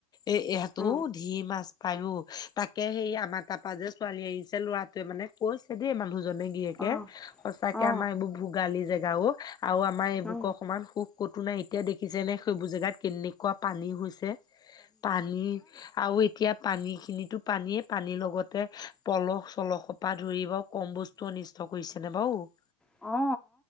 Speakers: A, on the left (about 20°); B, in the centre.
A: এ, এহঁতৰো
B: অ
A: ধেৰ মা লাজ পাই অ, তাকে সেই আমাৰ তাৰপা যে ছোৱালী আহিছে, ল'ৰাটোৱে মানে কৈছে দেই মানুহজনে গিৰিয়েকে,
B: অ
A: সঁচাকে
B: অ
A: আমাৰ এইবোৰ ভোগালী জেগা অ, আৰু আমাৰ এই
B: অ
A: বুকৰ সমান সুখ ক'তো নাই। এতিয়া দেখিছেনে, সেইবোৰ জেগাত কেনেকুৱা পানী হৈছে। পানী, আৰু এতিয়া পানীখিনিতো পানীয়েই, পানীৰ লগতে পলহ-চলহ সোপা ধৰিব কম বস্তু অনিষ্ট কৰিছেনে বাৰু। অ',
B: অ